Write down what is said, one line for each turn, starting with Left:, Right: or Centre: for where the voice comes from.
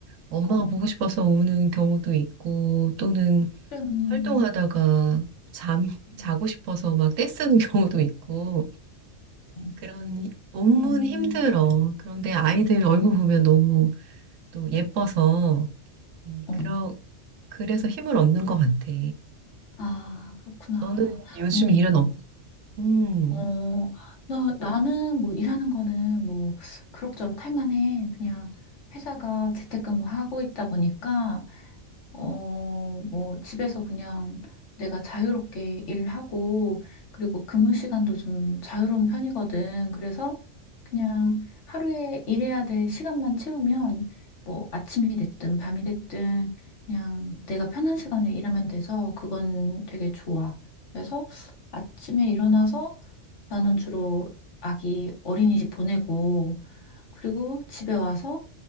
Right: 엄마가
Left: 어,
Right: 보고
Left: 어.
Right: 싶어서 우는 경우도 있고 또는
Left: 그래, 언니.
Right: 활동하다가 잠,
Left: 음,
Right: 자고 싶어서 막 떼쓰는 <laughs> 경우도 있고
Left: 어,
Right: 그런 몸은
Left: 그렇구나.
Right: 힘들어. 그런데 아이들 얼굴 보면 너무 또 예뻐서 음,
Left: 어.
Right: 그러, 그래서 힘을 얻는 것 같아.
Left: 아, 그렇구나.
Right: 너는 요즘
Left: 언니.
Right: 일은 없, 음,
Left: 어, 나, 나는 뭐 일하는 거는 뭐 그럭저럭 할 만해. 그냥 회사가 재택근무하고 있다 보니까 어, 뭐, 집에서 그냥 내가 자유롭게 일하고, 그리고 근무 시간도 좀 자유로운 편이거든. 그래서 그냥 하루에 일해야 될 시간만 채우면, 뭐, 아침이 됐든 밤이 됐든, 그냥 내가 편한 시간에 일하면 돼서 그건 되게 좋아. 그래서 아침에 일어나서 나는 주로 아기 어린이집 보내고, 그리고 집에 와서